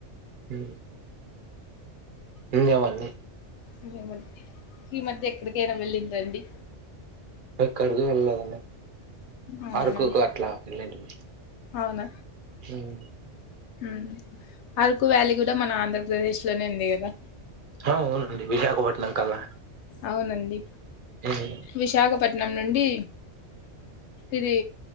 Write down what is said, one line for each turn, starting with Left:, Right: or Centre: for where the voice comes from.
Right: ఉ ఇంగవన్ని
Left: ఇంగేమండి ఈ మధ్య ఎక్కడికైనా వెళ్ళిండ్ర అండి
Right: ఎక్కడికి వెళ్ళలేదండి
Left: అవున
Right: అరకుకు అట్లా వెళ్ళేంటిమి
Left: అవున
Right: ఉమ్
Left: మ్ అరకు వ్యాలీ కూడా మన ఆంధ్రప్రదేశ్ లోనే ఉంది గదా
Right: ఆ అవునండి విశాఖపట్నం కల్లా
Left: అవునండి
Right: ఉమ్
Left: విశాఖపట్నం నుండి ఇది